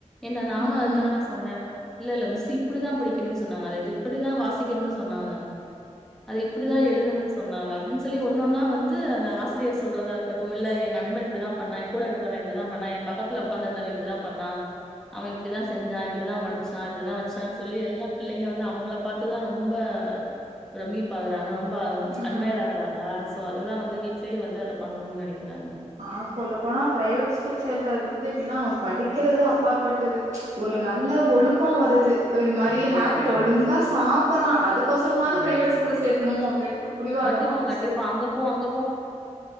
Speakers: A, in the centre; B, on the right (about 65°).
A: ஏன்டா நானு
B: ம்
A: அது சொன்ன இல்ல இல்ல மிஸு இப்டிதா படிக்கணுனு சொன்னாங்க அத இப்டிதா வாசிக்கணுனு சொன்னாங்க அத இப்டிதா
B: ம்
A: எழுதணுனு சொன்னாங்க அப்டினு சொல்லி ஒன்னொன்னா வந்து அந்த ஆசிரியர் சொல்றதா இருக்கட்டு இல்ல எ நண்பன் இப்டிதா பண்ணா எ கூட இருக்கறவ இப்டிதா பண்ணா எ பக்கதுல உக்காந்து இருந்தவ இப்டிதா பண்ணா அவ இப்டிதா செஞ்சா இப்டிதா மடிச்சா இப்டிதா வச்சா சொல்லி எல்லா பிள்ளைங்க வந்து அவங்கள பாத்துதா ரொம்ப பிரம்மிப்பாகறாங்க ரொம்ப ப்பா
B: ம்
A: அட்மையர் ஆகுறாங்களா சோ அததா வந்து வீட்லேயு வந்து அத பண்ணணுனு நெனைக்கிறாங்க
B: ஆஹ் சொல்ல போனா பிரைவேட் ஸ்கூல் சேத்தறது வந்து எப்டின்னா படிக்கிறது அப்பாற்பட்டது ஒரு நல்ல
A: ஆ
B: ஒழுக்கோ வருது இது மாரி
A: கண்டிப்பா
B: ஹேப்பிட்
A: கண்டிப்பா
B: ஒழுங்கா சாப்படுறா அதுக்கோசரமாவது பிரைவேட்
A: ம்
B: ஸ்கூல்ல சேத்தணு அப்டின்ட்டு புடிவாதமா
A: கண்டிப்பா
B: புடிச்சு
A: கண்டிப்பா.
B: சேத்து
A: அங்க போ அங்க